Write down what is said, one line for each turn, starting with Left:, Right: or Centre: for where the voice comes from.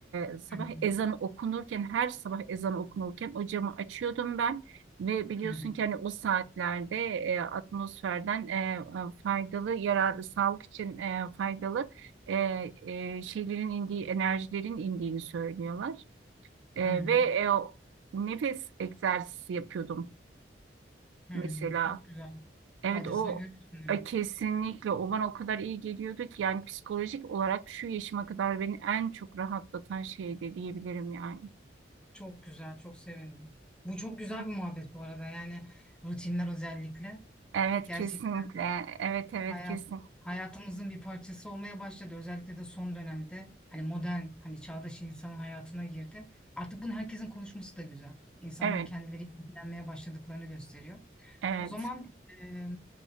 Right: e, sabah
Centre: Hı hı.
Right: ezanı okunurken her sabah ezanı okunurken o camı açıyordum ben ve biliyorsun
Centre: Hı hı.
Right: ki hani o saatlerde e, atmosferden e, e, faydalı yararlı sağlık için e, faydalı e, e, şeylerin indiği enerjilerin indiğini söylüyorlar E,
Centre: Hı hı.
Right: ve e, nefes egzersizi yapıyordum
Centre: Hı
Right: mesela.
Centre: hı, çok güzel.
Right: Evet
Centre: Faydasını
Right: o
Centre: görüyorsun demek.
Right: e, kesinlikle o bana o kadar iyi geliyordu ki yani psikolojik olarak şu yaşıma kadar beni en çok rahatlatan şeydi diyebilirim yani.
Centre: Çok güzel, çok sevindim. Bu çok güzel
Right: Hı.
Centre: bir muhabbet bu arada. Yani rutinler özellikle
Right: Evet
Centre: gerçekten
Right: kesinlikle. Evet evet
Centre: hayat
Right: kesin.
Centre: hayatımızın bir parçası olmaya başladı. Özellikle de son dönemde hani modern, hani çağdaş insanın hayatına girdi. Artık bunu herkesin konuşması da güzel. İnsanlar
Right: Evet
Centre: kendileri ilgilenmeye başladıklarını gösteriyor.
Right: evet.
Centre: O zaman e,